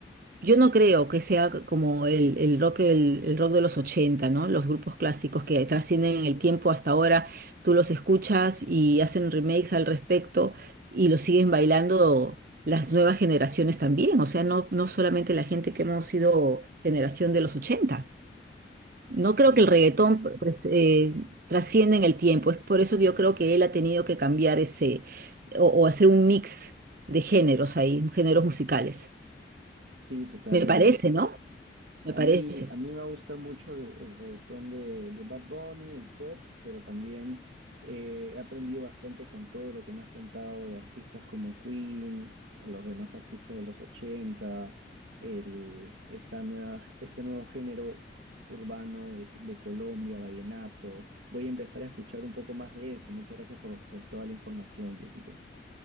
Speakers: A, on the right; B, on the right.
A: Yo no creo que sea como el, el rock, el, el rock de los 80, ¿no? Los grupos clásicos que trascienden en el tiempo hasta ahora, tú los escuchas y hacen remakes al respecto y los siguen bailando las nuevas generaciones también. O sea, no, no solamente la gente que hemos sido generación de los 80. No
B: Sí,
A: creo que el reggaetón
B: sí,
A: pues, eh, trascienda en el tiempo. Es por eso que yo creo que él ha tenido que cambiar ese o, o hacer un mix de géneros ahí, géneros musicales.
B: sí, totalmente.
A: Me parece, ¿no? Me
B: A
A: parece.
B: mí, a mí me gusta mucho el, el reggaetón de, de Bad Bunny, el pop, pero también eh, he aprendido bastante con todo lo que me has contado de artistas como Queen, o los demás artistas de los 80, el, esta nueva, este nuevo género urbano de, de Colombia, vallenato. Voy a empezar a escuchar un poco más de eso. Muchas gracias por, por toda la información, Jessica.